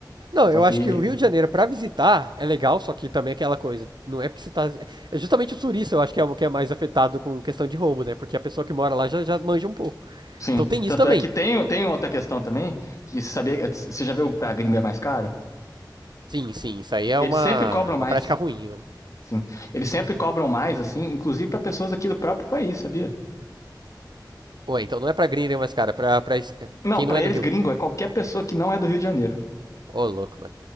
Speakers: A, on the right; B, on the left.
A: Não, eu
B: Só que
A: acho que o Rio de Janeiro pra visitar é legal, só que também é aquela coisa, não é porque você tá. É justamente o turista, eu acho que é o que é mais afetado com questão de roubo, né? Porque a pessoa que mora lá já, já manja um pouco.
B: Sim.
A: Então tem
B: Tanto
A: isso também.
B: é que tem, tem outra questão também, que você sabia, você já viu que da gringa é mais caro?
A: Sim, sim, isso aí é
B: Eles
A: uma,
B: sempre cobram
A: uma
B: mais.
A: prática ruim, mano.
B: Sim. Eles sempre cobram mais, assim, inclusive para pessoas aqui do próprio país, sabia?
A: Ou então não é pra gringa, mas, cara, pra, pra es-
B: Não,
A: quem
B: para
A: não é
B: eles
A: do Rio.
B: gringo é qualquer pessoa que não é do Rio de Janeiro.
A: Ô, louco, mano.